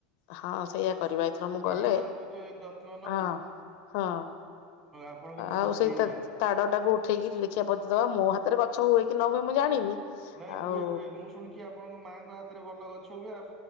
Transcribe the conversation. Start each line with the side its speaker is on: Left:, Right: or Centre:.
Left: ହଁ ସେଇଆ କରିବା ଏଥର ମୁଁ ଗଲେ
Right: ଆମେ ତାର ପଛେ ଯତ୍ନ ନବୁ
Left: ହଁ ହଁ
Right: ଆପଣ କିନ୍ତୁ
Left: ଆଉ
Right: ପୋତି
Left: ସେଇ
Right: ଦେଇ
Left: ତା
Right: ଯାଆନ୍ତୁ।
Left: ତାଡଟାକୁ ଉଠେଇକିରି ଦେଖିବା ପୋତିଦବା ମୋ ହା ତାରେ ଗଛ ହୁଏ କି ନ ହୁଏ ମୁଁ ଜାଣିନି।
Right: ନାଇଁ
Left: ଆଉ
Right: ହୁଏ ହୁଏ ମୁଁ ଶୁଣିଚି ଆପଣଙ୍କ ମାଆଙ୍କ ହାତରେ ଭଲ ଗଛ ମୁଁ ବି ଆ